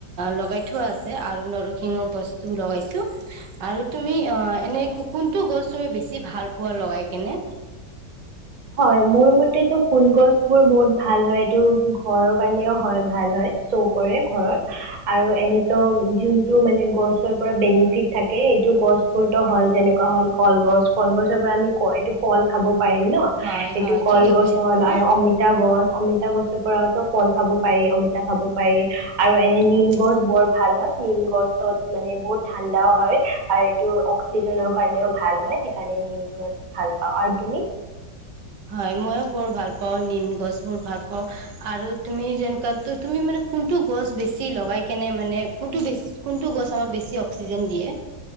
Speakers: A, on the right; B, on the right.
A: লগাই থোৱা আছে আৰু নৰসিংহ গছটো লগাইছো আৰু তুমি অ এনেই কোনটো গছ তুমি বেছি ভাল পোৱা লগাই কেনে
B: হয় মোৰ মতেটো ফুল গছ বোৰ বহুত ভাল হয় এইটো ঘৰৰ কাৰণেও হয় ভাল হয় চ কৰে ঘৰত আৰু এনেতো যোনটো মানে গছৰ পৰা বেনিফিট থাকে এইটো গছ বোৰতো হল যেনেকুৱা হল কলগছ কলগছৰ পৰা আমি এইটো ফল খাব পাৰিম
A: হয়
B: এইটো
A: হয়
B: কলগছ
A: ঠিকে কৈছা
B: হল
A: তুমি
B: আৰু অমিতা গছ অমিতা গছৰ পৰাতো কল খাব পাৰি অমিতা খাব পাৰি আৰু এনে
A: হয়
B: নিম গছ বৰ ভাল হয় নিম গছত মানে বহুত ঠাণ্ডাও হয় আৰু এইটো অক্সিজেনৰ কাৰণেও ভাল হয় সেইকাৰণে নিম গছ ভাল পাওঁ আৰু তুমি
A: হয় মইও বৰ ভাল পাও নিম গছ বোৰ ভাল অ আৰু তুমি যেনে তুমি মানে কোনটো গছ বেছি লগাই কেনে মানে কোনটো বেছি কোনটো গছ আমাৰ বেছি অক্সিজেন দিয়ে